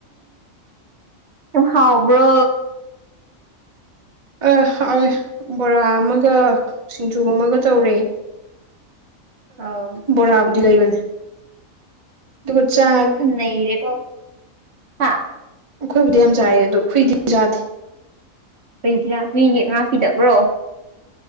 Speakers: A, on the right (about 55°); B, on the right (about 25°).
A: ꯍꯥꯎꯕ꯭ꯔ
B: ꯑ ꯍ ꯕꯣꯔꯥ ꯑꯃꯒ ꯁꯤꯡꯖꯨ ꯑꯃꯒ ꯇꯧꯔꯦ
A: ꯑꯧ
B: ꯕꯔꯥꯕꯗꯤ ꯂꯩꯕꯅꯤ ꯑꯗꯨꯒꯕꯨ ꯆ
A: ꯅꯩꯔꯣ ꯍꯥ
B: ꯑꯩꯈꯣꯏꯕꯨꯗꯤ ꯌꯥꯝ ꯆꯥꯏꯌꯦ ꯑꯗꯣ ꯍꯨꯏꯗꯤ ꯌꯥꯗꯦ
A: ꯀꯗꯤ ꯃꯤ ꯌꯦ ꯉꯥꯛꯄꯤꯗꯕ꯭ꯔꯣ